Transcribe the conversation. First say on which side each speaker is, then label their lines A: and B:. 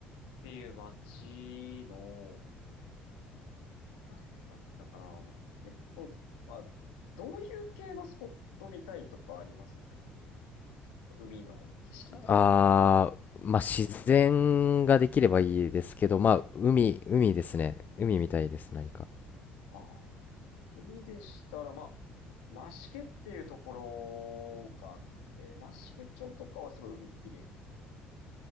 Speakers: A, on the left; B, on the left.
A: っていう町の、ここら辺だったかな。まあ、結構、まあ、どういう系のスポット見たいとかあります逆に。海の景色いいとこなのか。
B: あー、まあ、自然ができればいいですけど、まあ、海、海ですね。海みたいです、何か。
A: ああ、海でしたら、まあ、増毛っていうところがあって、増毛町とかはすごい海綺麗ですね。